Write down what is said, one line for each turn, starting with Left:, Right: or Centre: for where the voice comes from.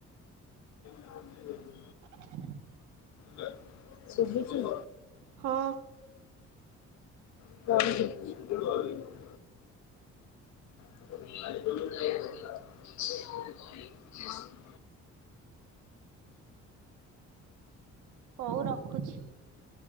Left: <unintelligible>
Right: <unintelligible>
Left: <unintelligible> ଶୁଭୁଛି
Right: ହଁ।
Left: <unintelligible> <unintelligible>
Right: ହଉ ରଖୁଛି।